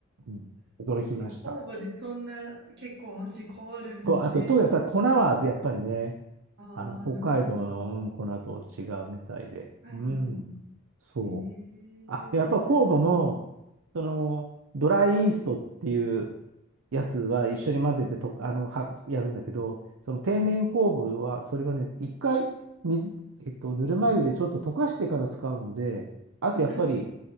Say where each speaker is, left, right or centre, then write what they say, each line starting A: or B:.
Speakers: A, on the right; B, on the right.
A: うん、驚きました。
B: で、酵母でそんな結構味変わるんですね。
A: と、あと、と、やっぱり粉は、やっぱりね、
B: ああ、
A: あの、北海道の、
B: なるほど。
A: うん、粉と違うみたいで、
B: はいは
A: うん、そう。
B: い。ええ、
A: あ、
B: 面白い。
A: でやっぱ酵母も、その、ドライイーストっていうやつは一緒に混ぜてと、あの、は、やるんだけど、その天然酵母は、
B: はい。
A: それはね、一回水、えっと、ぬるま湯でちょっと溶かしてから使うので、あとやっぱり、
B: はい。